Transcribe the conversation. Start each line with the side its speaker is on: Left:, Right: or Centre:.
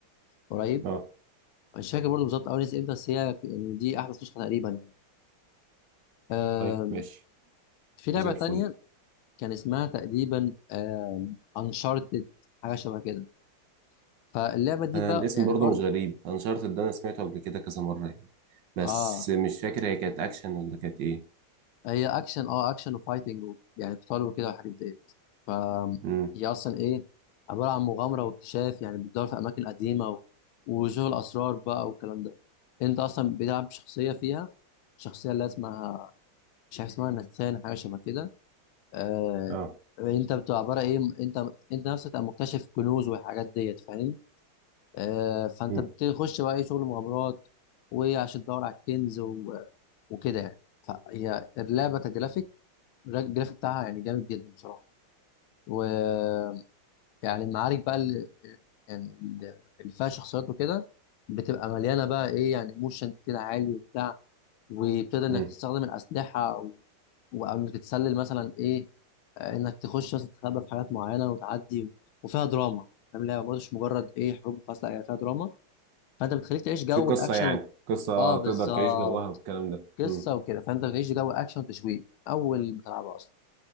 Left: قريب
Right: اه
Left: مش فاكر برضه بالظبط اول نسخه امتى بس هي يعني دي احدث نسخه تقريبا يعني آم،
Right: طيب ماشي
Left: في لعبه
Right: زي الفل
Left: تانية كان اسمها تقريبا انشارتد حاجه شبه كده فاللعبه دي
Right: انا
Left: بقى
Right: الاسم
Left: يعني
Right: برضو
Left: برضه
Right: مش غريب انشارتد ده انا سمعته قبل كده كذا مرة يعني بس
Left: اه
Right: مش فاكر هي كانت اكشن ولا كانت ايه
Left: هي اكشن اه اكشن وفايتنج و- يعني قتال وكده والحاجات ديت ف
Right: مم.
Left: هي اصلا ايه عباره عن مغامره واكتشاف يعني بتدور في اماكن قديمه و... وشغل اسرار بقى والكلام ده انت اصلا بتلعب شخصيه فيها شخصيه اللي اسمها مش عارف اسمها نثان حاجه شبه كده آه...
Right: اه
Left: انت بتبقى عباره ايه انت انت نفسك تبقى مكتشف كنوز والحاجات ديت فاهم آه، فانت
Right: مم.
Left: بتخش بقى اي شغل مغامرات وعشان تدور على الكنز و... وكده يعني فهي اللعبه كجرافيك الجرافيك بتاعها يعني جامد جدا بصراحه ويعني المعارك بقى اللي يعني ال- اللي فيها شخصيات وكده بتبقى مليانه بقى ايه يعني موشن كده عالي وبتاع وبتقدر انك
Right: مم.
Left: تستخدم الاسلحه و... و- او انك تتسلل مثلا ايه آه، انك تخش مثلا تتخبى في حاجات معينه وتعدي وفيها دراما فاهم لا برضه مش مجرد ايه حروب وخلاص لا هي فيها دراما فانت بتخليك تعيش جو
Right: في قصة
Left: الاكشن
Right: يعني
Left: و...
Right: قصة
Left: اه بالظبط
Right: تقدر تعيش جواها والكلام ده
Left: قصه
Right: مم.
Left: وكده فانت بتعيش جو اكشن وتشويق اول ما تلعبها اصلا